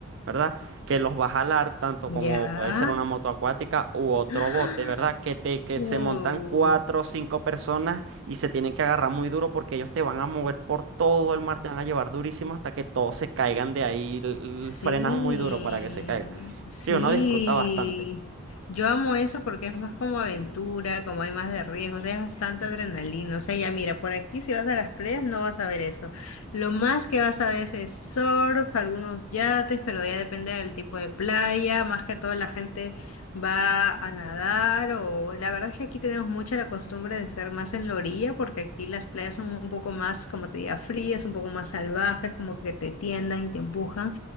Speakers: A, on the right; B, on the left.
A: ¿verdad? Que los vas a jalar, tanto como
B: Ya.
A: puede ser una moto acuática u otro
B: <gasps> ¡Ah!
A: bote, ¿verdad? Que te, que
B: Uh,
A: se montan cuatro o cinco personas y se tienen que agarrar muy duro porque ellos te van a mover por todo el mar, te van a llevar durísimo hasta que todos se caigan de ahí, l- l-
B: Sí,
A: frenan muy duro para que se caigan.
B: sí.
A: Sí, uno disfruta bastante.
B: Yo amo eso porque es más como aventura, como hay más de riesgo, o sea, es bastante adrenalina. O sea, ya mira, por aquí si vas a las playas no vas a ver eso. Lo más que vas a ver es surf, algunos yates, pero ya depende del tipo de playa. Más que todo la gente va a nadar o la verdad es que aquí tenemos mucha la costumbre de ser más en la orilla porque aquí las playas son un poco más, como te diga, frías, un poco más salvajes, como que te tiendan y te empujan.